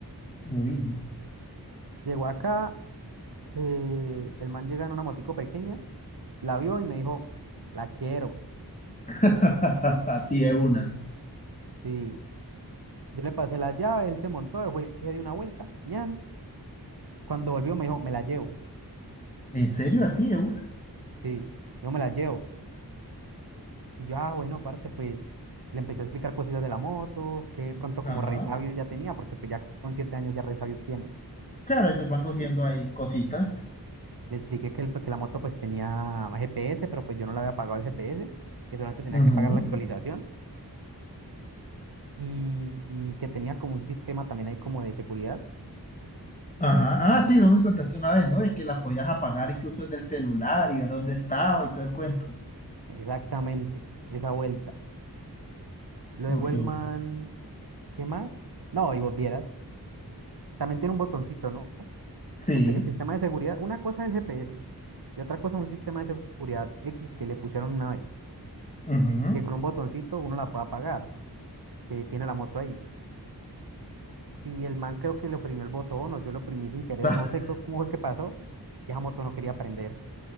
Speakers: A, on the left; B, on the right.
A: Uy,
B: Llegó acá, eh, el man llega en una motico pequeña, la vio y me dijo, la quiero.
A: <laughs> así es una.
B: Sí, Yo le pasé la llave, él se montó, yo fui di una vuelta, ñan. Cuando volvió me dijo, me la llevo.
A: ¿En serio? ¿Así es una?
B: Sí, me dijo, me la llevo. Y yo, ah, bueno, parce, pues le empecé a explicar cositas de la moto, que de pronto
A: Ajá.
B: como resabios ya tenía, porque pues ya con siete años ya resabios tiene.
A: Claro, ellos van cogiendo
B: Mm.
A: ahí cositas.
B: Le expliqué que, el- que la moto pues tenía GPS, pero pues yo no le había pagado el GPS, que solamente tenía
A: Ujú.
B: que pagar la actualización y, y que tenía como un sistema también ahí como de seguridad.
A: Ajá. Ah, sí, vos me contaste una vez, ¿no? De que la podías apagar incluso desde el celular y ver dónde estaba y todo el cuento.
B: Exactamente, esa vuelta. Luego
A: Ok.
B: el man, ¿qué más? No, y vos vieras. También tiene un botoncito, ¿no?
A: Sí.
B: El, se- el sistema de seguridad, una cosa es el GPS y otra cosa es un sistema de seguridad X que le pusieron una vez,
A: ujú.
B: que con un botoncito uno la puede apagar, que tiene la moto ahí. Y el man creo que le oprimió el botón o yo lo oprimí sin querer,
A: Ah,
B: no sé co- cómo fue que pasó, y esa moto no quería prender.